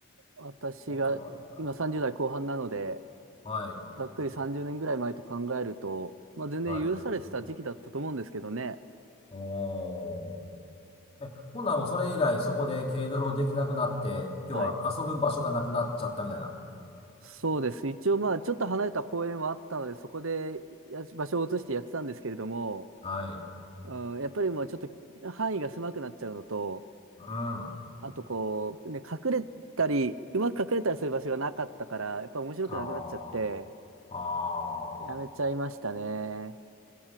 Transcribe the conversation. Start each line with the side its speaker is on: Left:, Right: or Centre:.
Right: 私が今30代後半なので、
Left: 人げないなあ。はい。
Right: ざっくり30年ぐらい前と考えると、まあ全然許されてた時期だったと思うんですけどね。
Left: はい。おー。え、ほんならもうそれ以来そこで軽泥できなくなって、要は遊ぶ場所がなくなっちゃったみたいな。
Right: はい。そうです。一応まあちょっと離れた公園はあったので、そこでや場所を移してやってたんですけれども、
Left: はい。
Right: うん、やっぱりまあちょっと範囲が狭くなっちゃうのと、
Left: うん。あ
Right: あとこう、ね、隠れたり、うまく隠れたりする場所がなかったから、やっぱ面白くなくなっちゃって、
Left: あ。ああ。
Right: やめちゃいましたね。